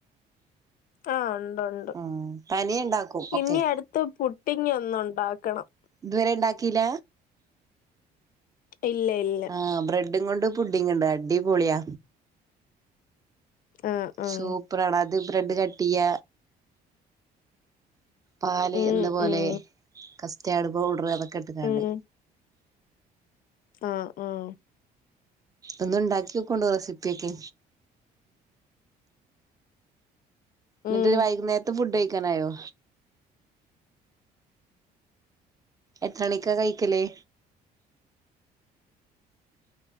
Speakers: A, on the left (about 55°); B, on the right (about 20°).
A: ആഹ് ഉണ്ട് ഉണ്ട്
B: ആഹ് തനിയെ ഇണ്ടാക്കും ഒക്കെ
A: ഇനി അടുത്ത് പുട്ടിങ്ങ് ഒന്നുണ്ടാക്കണം
B: ഇതുവരെ ഇണ്ടാക്കില്ല
A: ഇല്ല ഇല്ല
B: ആ ബ്രെഡും കൊണ്ട് പുഡിങ്ങ് ണ്ട് അടി പോളിയാ
A: ആഹ് ആഹ്
B: സൂപ്പറാടാ അത് ബ്രെഡ് കട്ടയ്യ പാൽ
A: ഉം
B: എന്നുപോലെ
A: ഉം
B: കസ്റ്റാഡ് പൌഡർ അതൊക്കെ ഇട്ക്കാണ്ട്
A: ഉം ആഹ് ആഹ്
B: ഒന്നും ഉണ്ടാക്കി നോകോണ്ടു റെസിപ്പിയ ഒക്കെ ന്നിട്ട്
A: ഉം
B: വൈകുന്നേരത്തെ ഫുഡ് കഴിക്കാനായോ എത്രണിക്കാ കഴിക്കലേ